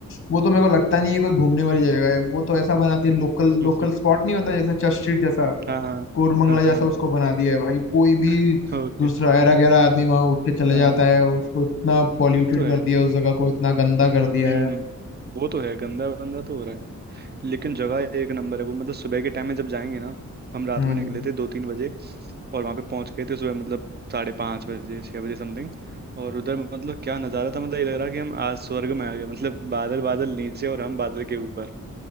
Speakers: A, on the left; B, on the right.
A: वो तो मेरे को लगता नहीं है कोई घूमने वाली जगह है वो तो ऐसा बना दिया लोकल
B: <laughs>
A: लोकल स्पॉट नहीं होता जैसा चर्च स्ट्रीट जैसा
B: हाँ
A: कोरमंगला
B: हाँ
A: जैसा
B: हाँ
A: उसको बना दिया है भाई कोई भी
B: <laughs> ओके
A: दूसरा ऐरा गैरा आदमी वहां उठ के चले
B: हाँ
A: जाता है उसको इतना पॉल्यूटेड
B: वो तो है
A: कर दिया है, उस जगह को इतना गंदा कर दिया
B: हम्म
A: है
B: वो तो है गंदा बंदा तो हो रहा है लेकिन जगह एक नंबर है वो मतलब सुबह के टाइम में जब जाएंगे ना हम रात
A: हम्म
B: में निकले थे दो तीन बजे और वहां पे पहुंच गए थे सुबह मतलब साढ़े पाँच बजे छह बजे समथिंग और उधर मतलब क्या नज़ारा था मतलब ये लग रहा कि हम आज स्वर्ग में आ गए मतलब बादल बादल नीचे और हम बादल के ऊपर